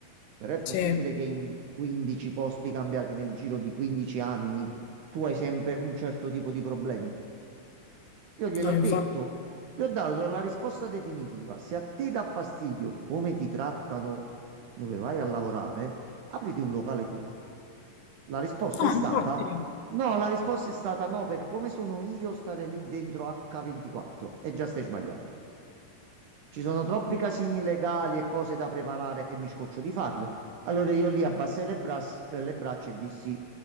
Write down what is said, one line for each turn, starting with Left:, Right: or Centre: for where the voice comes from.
Right: però è possibile
Left: sì,
Right: che in 15 posti cambiati nel giro di 15 anni tu hai sempre un certo tipo di problemi. Io gliel'ho
Left: no, infatti.
Right: detto, gli ho dato la risposta definitiva. Se a te dà fastidio come ti trattano dove vai a lavorare, apriti un locale tuo. La risposta
Left: No,
Right: è stata
Left: infatti.
Right: no, la risposta è stata no, per come sono io stare lì dentro H24 e già stai sbagliando. Ci sono troppi
Left: Mm.
Right: casini legali e cose da preparare e mi scoccio di farle. Allora io lì abbassai le, bras- le braccia e dissi